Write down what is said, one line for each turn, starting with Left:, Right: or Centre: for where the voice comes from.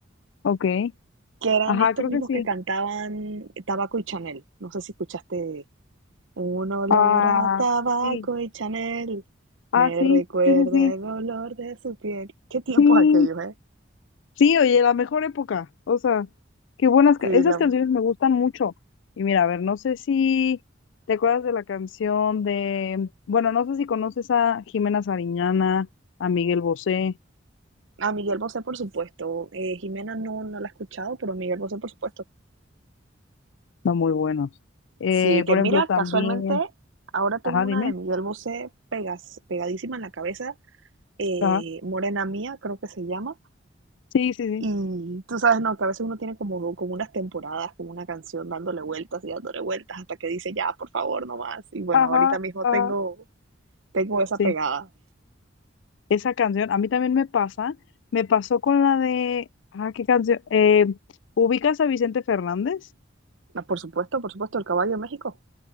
Left: Ok.
Right: que eran
Left: Ajá,
Right: estos
Left: creo
Right: mismos
Left: que sí.
Right: que cantaban Tabaco y Chanel. No sé si escuchaste Un olor
Left: Ah,
Right: a tabaco
Left: sí.
Right: y Chanel
Left: Ah,
Right: me
Left: sí,
Right: recuerda
Left: sí, sí, sí.
Right: el olor de su piel. Qué tiempos
Left: Sí,
Right: aquellos, ¿eh?
Left: Sí, oye, la mejor época. O sea, qué buenas. ca-
Right: Sí,
Left: Esas
Right: la-
Left: canciones me gustan mucho. Y mira, a ver, no sé si te acuerdas de la canción de. Bueno, no sé si conoces a Jimena Sariñana, a Miguel Bosé.
Right: a Miguel Bosé, por supuesto. Eh, Jimena no, no la he escuchado, pero Miguel Bosé, por supuesto.
Left: Son muy buenos. Eh,
Right: Sí, que
Left: por
Right: mira,
Left: ejemplo, también.
Right: casualmente ahora tengo
Left: Ajá,
Right: una
Left: dime.
Right: de Miguel Bosé pegas, pegadísima en la cabeza. eh,
Left: Ajá.
Right: Morena Mía, creo que se llama.
Left: Sí, sí, sí.
Right: Y tú sabes, no, que a veces uno tiene como, como unas temporadas, como una canción dándole vueltas y dándole vueltas hasta que dice, ya, por favor, no más. Y bueno,
Left: Ajá,
Right: ahorita mismo
Left: ajá.
Right: tengo, tengo esa
Left: Sí.
Right: pegada.
Left: Esa canción, a mí también me pasa. Me pasó con la de. Ajá, ¿qué canción? Eh, ¿ubicas a Vicente Fernández?
Right: Ah, por supuesto, por supuesto, el caballo de México.